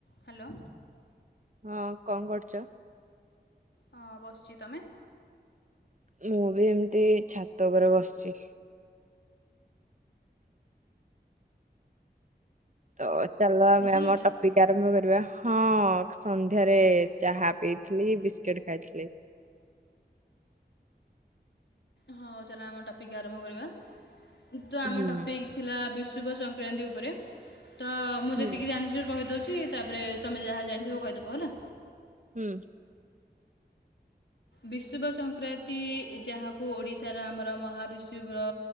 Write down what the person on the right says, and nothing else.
ହଁ କଣ କରୁଛ
ମୁଁ ବି ଏମିତି ଛାତ ଉପରେ ବସିଛି। ତ ଚାଲ ଆମେ
ଆମ ଟପିକ। ଆରମ୍ଭ କରିବା ହଁ ସନ୍ଧ୍ୟାରେ ଚାହା ପିଇଥିଲି ବିସ୍କୁିଟ ଖାଇଥିଲି।
ହୁଁ।
ହୁଁ
ହୁଁ।